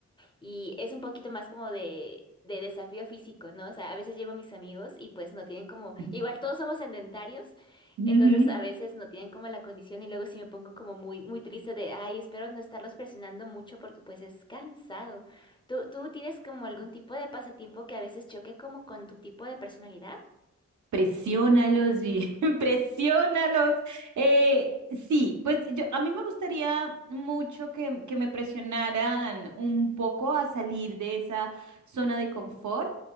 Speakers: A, on the left; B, on the right.
A: y es un poquito más como de, de desafío físico, ¿no? O sea, a veces llevo a mis amigos y pues no tienen como,
B: ujú,
A: igual todos somos sedentarios,
B: ujú.
A: entonces a veces no tienen como la condición y luego sí me pongo como muy, muy triste de, ay, espero no estarlos presionando mucho porque pues es cansado. ¿Tú, tú tienes como algún tipo de pasatiempo que a veces choque como con tu tipo de personalidad?
B: Presiónalos, Vi, <laughs> presiónalos. Eh, sí, pues yo, a mí me gustaría mucho que, que me presionaran un poco a salir de esa zona de confort.